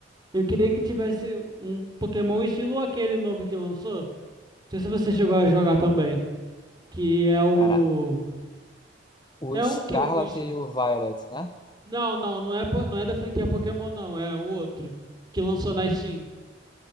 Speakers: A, on the right; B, on the left.
A: Eu queria que tivesse um Pokémon estilo aquele novo que lançou. Não sei se você chegou a jogar também. Que é o.
B: Cara, O
A: É
B: Scarlet
A: um que os.
B: e o Violet, né?
A: Não, não, não é, po- não é da franquia Pokémon, não. É o outro. Que lançou na Steam.